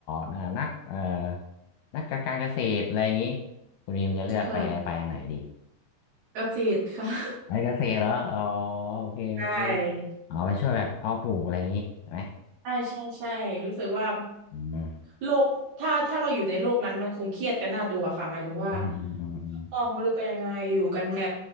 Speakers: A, on the left; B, on the right.
A: เอ่อนักเอ่อ นักการเกษตรอะไรอย่างนี้คุณยิมจะเลือกไปไปอันไหนดี
B: ค่ะกราฟิกค่ะ
A: ไปเกษตรเหรออ๋อโอเคโอเค
B: ใช่
A: อ๋อไปช่วยแบบเพาะปลูกอะไรอย่างนี้ใช่ไหม
B: ใช่ใช่ใช่รู้สึกว่า
A: อืม
B: โลกถ้าถ้าเราอยู่ในโลกนั้นมันคงเครียดกันน่าดูอะค่ะหมายถึงว่า
A: อืมอืมอืม
B: นอกไม่รู้เป็นยังไงอยู่กันแบบ